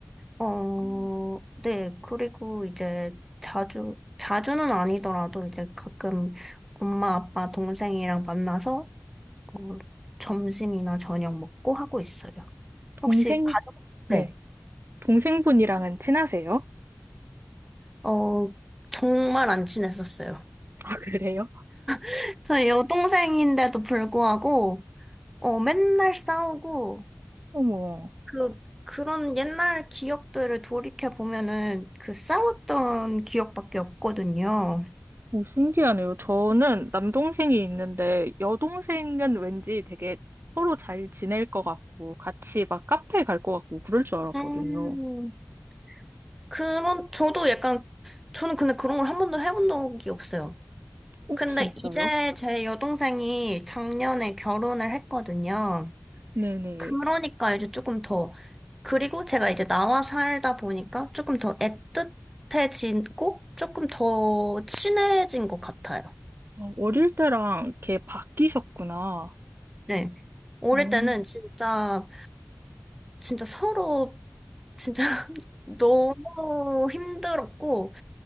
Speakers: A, in the centre; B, on the right.
A: 어,
B: 음,
A: 네. 그리고 이제 자주, 자주는 아니더라도 이제 가끔 엄마, 아빠, 동생이랑 만나서 어, 점심이나 저녁 먹고 하고 있어요.
B: 동생,
A: 혹시 가족?
B: 네.
A: 네.
B: 동생분이랑은 친하세요?
A: 어, 정말 안 친했었어요.
B: 아, 그래요?
A: <laughs> 저희 여동생인데도 불구하고, 어, 맨날 싸우고,
B: 어머.
A: 그, 그런 옛날 기억들을 돌이켜 보면은 그 싸웠던 기억밖에 없거든요.
B: 오, 신기하네요. 저는 남동생이 있는데 여동생은 왠지 되게 서로 잘 지낼 것 같고 같이 막 카페 갈 것 같고 그럴 줄 알았거든요.
A: 음, 그런, 저도 약간, 저는 근데 그런 걸 한 번도 해본 적이 없어요.
B: 오,
A: 근데
B: 진짜요?
A: 이제 제 여동생이 작년에 결혼을 했거든요.
B: 네네.
A: 그러니까 이제 조금 더, 그리고 제가 이제 나와 살다 보니까 조금 더 애틋해지고 조금 더 친해진 것 같아요.
B: 어, 어릴 때랑 이렇게 바뀌셨구나.
A: 네. 어릴
B: 어,
A: 때는 진짜, 진짜 서로, 진짜 <laughs> 너무 힘들었고,